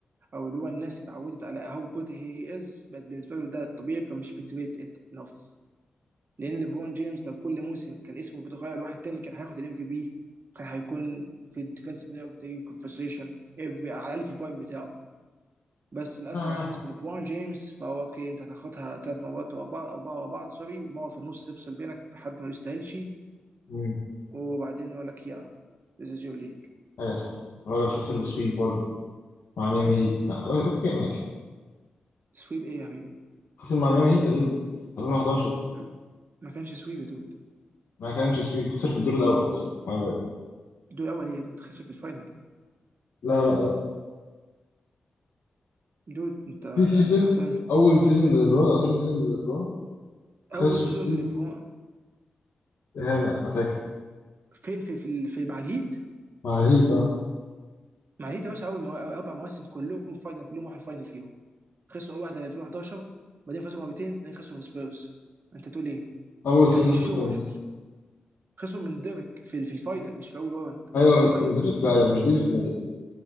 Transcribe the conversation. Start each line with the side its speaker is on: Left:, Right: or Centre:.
Right: او اللي هو الناس اتعودت على هاو جود هي از بقت بالنسبه له ده الطبيعي فمش بتريت ات انف لان ليبرون جيمس لو كل موسم كان اسمه بيتغير لواحد تاني كان هياخد الام في بي كان هيكون في الديفنسيف بلاير اوف ذا يير كونفرسيشن افري على الاقل في البوينت بتاعه بس للاسف
Left: آه
Right: عشان اسمه ليبرون جيمس فهو اوكي انت هتاخدها ثلاث مرات ورا بعض او اربعه ورا بعض سوري ومره في النص تفصل بينك بحد ما يستاهلش
Left: امم
Right: وبعدين يقول لك يا ذيس از يور ليج
Left: ايوه صح الراجل خسر بسويت برضه مع ميامي هيت آه، اوكي ماشي
Right: سويب ايه يا حبيبي؟
Left: خسر مع ميامي هيت يا دود 2011
Right: م- ما كانش سويب يا دود
Left: ما كانش سويت خسر في الدور الاول سوري، my bad.
Right: دول اول ايه يا دود خسر في الفاينل
Left: لا لا لا
Right: دود انت
Left: في سيزون
Right: يعني عارفين
Left: اول سيزون للبرون او تاني سيزون للبرون خسروا
Right: اول سيزون
Left: فيه
Right: لليبرون
Left: اهانه انا فاكر
Right: فين في في, في مع الهيت
Left: مع الهيت اه
Right: ما هي يا باشا اول مو... أول اربع مواسم كلهم فاينل كلهم راحوا الفاينل فيهم خسروا اول واحده 2011 بعدين فازوا مرتين بعدين خسروا من سبيرز انت بتقول ايه؟
Left: اول
Right: انت
Left: سيزون
Right: الشو
Left: خسروا
Right: وحش
Left: من مين؟
Right: مش- خسروا من ديريك في ال- في الفاينل مش في اول راوند
Left: ايوه
Right: في الفاينل
Left: اندريك لا ايوه مش دي اللي في دماغي